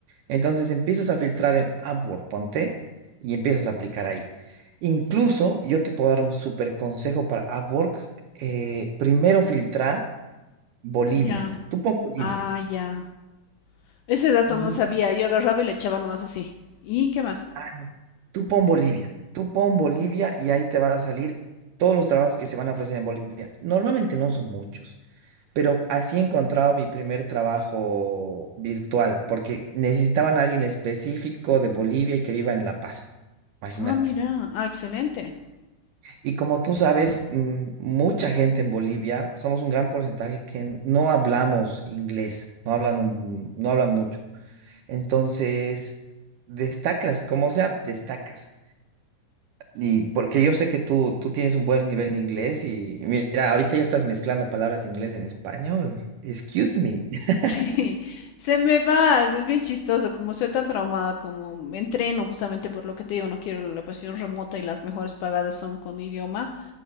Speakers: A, on the right; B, on the left.
A: Entonces empiezas a filtrar en Upwork, ponte, y empiezas a aplicar ahí. Incluso yo te puedo dar un súper consejo para Upwork. eh, primero filtra Bolivia.
B: Ya.
A: Tú pon Bolivia.
B: Ah, ya. Ese dato
A: Y
B: no sabía. Yo agarraba y le echaba nomás así. ¿Y qué más?
A: ah, no, tú pon Bolivia. Tú pon Bolivia y ahí te van a salir todos los trabajos que se van a ofrecer en Bolivia. Normalmente no son muchos, pero así he encontrado mi primer trabajo virtual, porque necesitaban a alguien específico de Bolivia y que viva en La Paz. Imagínate.
B: Ah, mira. Ah, excelente.
A: Y como tú sabes, mm, mucha gente en Bolivia, somos un gran porcentaje que no hablamos inglés, no hablan, un- no hablan mucho. Entonces, destacas, como sea, destacas. Y porque yo sé que tú, tú tienes un buen nivel de inglés y mira, ahorita ya estás mezclando palabras de inglés en español. Excuse me. <laughs>
B: Sí, <laughs> se me va. Es bien chistoso. Como soy tan traumada, como me entreno justamente por lo que te digo, no quiero la posición remota y las mejores pagadas son con idioma.